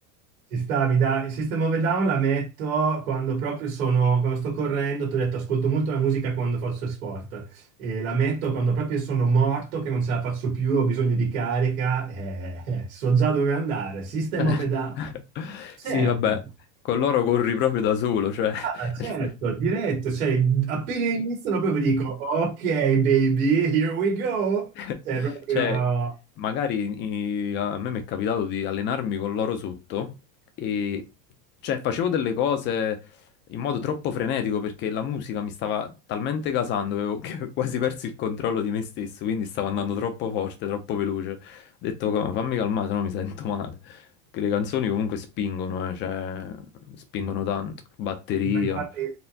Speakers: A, on the right (about 85°); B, on the left (about 25°).
A: Ci stavi, dai. System of a Down la metto quando proprio sono, quando sto correndo, ti ho detto, ascolto molto la musica quando faccio sport e la metto quando proprio sono morto, che non ce la faccio più, ho bisogno di carica, eh, eh, so già dove andare. System
B: <laughs>
A: of a Down, certo,
B: Sì, vabbè, con loro corri proprio da solo, cioè... <laughs>
A: ah, certo,
B: nel sen-
A: diretto, cioè appena iniziano proprio dico, ok baby, here we go,
B: <laughs>
A: cioè proprio...
B: Cioè, magari i- a me mi è capitato di allenarmi con l'oro sotto e cioè, facevo delle cose in modo troppo frenetico perché la musica mi stava talmente gasando che avevo <laughs> che ho quasi perso il controllo di me stesso, quindi stavo andando troppo forte, troppo veloce. Ho detto, "Co- fammi calmare, sennò mi sento male. Perché le canzoni comunque spingono, eh, cioè, spingono
A: sì.
B: tanto. Batteria.
A: Sì, Ma infatti